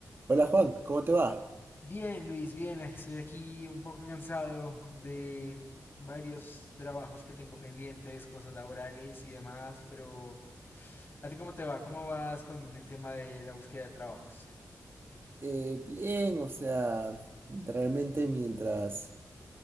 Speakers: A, on the right; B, on the left.
A: Hola Juan, ¿cómo te va?
B: Bien, Luis, bien, estoy aquí un poco cansado de varios trabajos que tengo pendientes, cosas laborales y demás, pero ¿a ti cómo te va? ¿Cómo vas con el tema de la búsqueda de trabajos?
A: Eh, bien, o sea, realmente mientras,